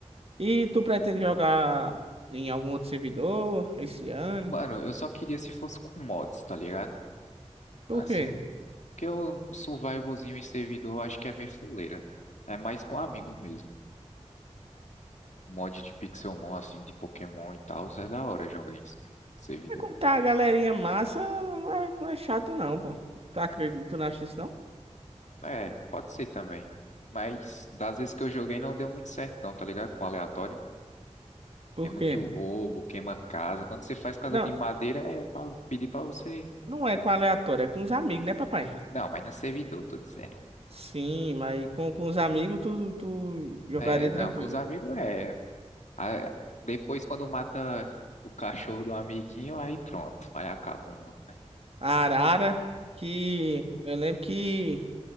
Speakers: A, on the right (about 55°); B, on the left (about 85°).
A: E tu pretende jogar em algum outro servidor esse ano?
B: Mano, eu só queria se fosse com mods, tá ligado?
A: Por
B: Assim.
A: quê?
B: Porque o survivalzinho em servidor eu acho que é meio fuleira. É mais com amigo mesmo. Mod de Pixelmon, assim, de Pokémon e tal, é da hora jogar em, em servidor.
A: É quando tá a galerinha massa, não é, não é chato não, pô. Tu acredita, tu não acha isso não?
B: É, pode ser também. Mas das vezes que eu joguei não deu muito certo, não, tá ligado? Com aleatório.
A: Por
B: Tem muito
A: quê?
B: roubo, queima casa. Quando você faz casa
A: Não,
B: de madeira, é pra pedir pra você
A: não é com aleatório, é com os amigos, né, papai?
B: Não, mas no servidor, tô dizendo.
A: Sim, mas com, com os amigos tu, tu jogaria
B: É,
A: tranquilo.
B: não, com os amigos é. A- Depois, quando mata o cachorro do amiguinho, aí pronto, aí acaba o mundo, né?
A: A arara, que eu lembro que